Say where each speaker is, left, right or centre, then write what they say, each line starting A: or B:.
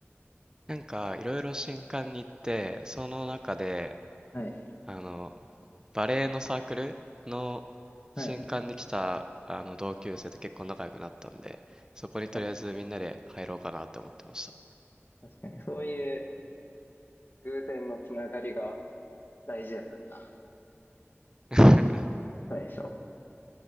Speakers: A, on the right (about 15°); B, on the left (about 50°).
A: なんかいろいろ新歓に行って、その中で
B: はい。
A: あのバレエのサークルの
B: はい。
A: 新歓に来たあの同級生と結構仲良くなったんで、そこにとりあえずみんなで入ろうかなって思ってました。
B: あー確かに。そういう偶然のつながりが大事だからな、
A: <laughs>
B: 最初。